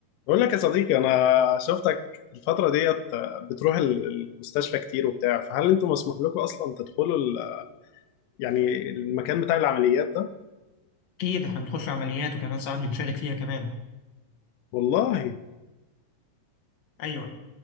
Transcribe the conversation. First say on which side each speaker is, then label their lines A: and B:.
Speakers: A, on the left (about 85°); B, on the left (about 55°).
A: بقول لك يا صديقي انا شفتك الفتره ديت بتروح ال- المستشفى كتير وبتاع فهل انتم مسموح لكم اصلا تدخلوا ال... يعني المكان بتاع العمليات ده
B: اكيد احنا بنخش عمليات وكمان ساعات بنشارك فيها كمان
A: والله
B: ايوه